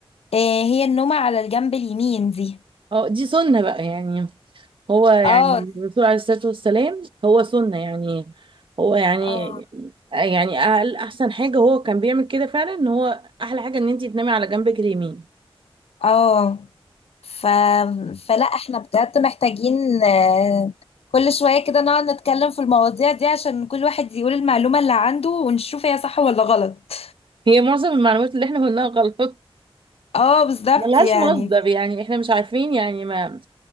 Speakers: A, on the left; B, on the right.
A: إيه هي النومة على الجنب اليمين دي
B: اه دي سنة بقى يعني هو يعني
A: اه دي-
B: الرسول عليه الصلاة والسلام هو سنة يعني هو يعني
A: اه
B: يعني أقل أحسن حاجة هو كان بيعمل كده فعلا إن هو أحلى حاجة إن أنتي تنامي على جنبك اليمين
A: اه ف... فلا احنا بجد محتاجين آه، كل شوية كده نقعد نتكلم في المواضيع دي عشان كل واحد يقول المعلومة اللي عنده ونشوف هي صح ولا غلط
B: هي معظم المعلومات اللي إحنا قلناها غلط
A: اه بالظبط
B: ملهاش
A: يعني
B: مصدر يعني إحنا مش عارفين يعني ما